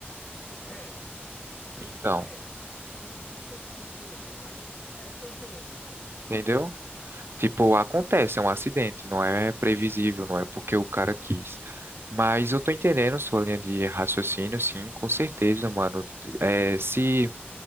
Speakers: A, on the left (about 50°); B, on the right (about 65°).
A: É, é
B: Então,
A: tipo, é, t- não é que foi sem querer, mas é, eu tô entendendo assim.
B: entendeu? Tipo, acontece, é um acidente, não é previsível, não é porque o cara quis. Mas eu tô entendendo sua linha de raciocínio, sim, com certeza, mano. É, se